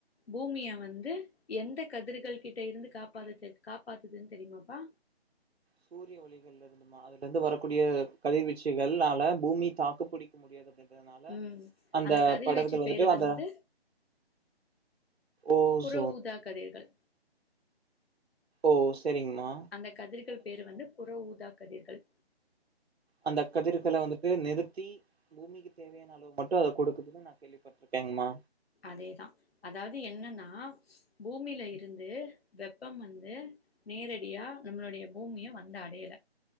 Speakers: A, on the left (about 65°); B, on the right (about 75°).
A: பூமிய வந்து எந்த கதிர்கள் கிட்ட இருந்து காப்பாதது காப்பாத்துதுன் தெரியுமாப்பா
B: சூரிய ஒளிகள்ல இருந்துமா அதுலருந்து வரக்கூடிய கதிர்வீச்சுகள்ளால பூமி தாக்குப்புடிக் க முடியாது அப்டின்றதுனால
A: ம்
B: அந்த
A: கதிர்வீச்சு
B: படர்கள் வந்துட்டு
A: பேரு வந்து
B: அந்த ஓஸ்
A: புறஊதா கதிர்கள்
B: ஓ சரிங்மா
A: அந்த கதிர்கள் பேரு வந்து புற ஊதா கதிர்கள்
B: அந்த கதிர்கள வந்துட்டு நிறுத்தி பூமி க்கு தேவையான அளவு மட்டு அத குடுக்குதுன்னு நா கேள்விப்பட்டுருக்கேங்மா
A: அதேதா அதாவ்து என்னனா பூமில இருந்து வெப்பம் வந்து நேரடியா நம்மளுடைய பூமிய வந்தடையல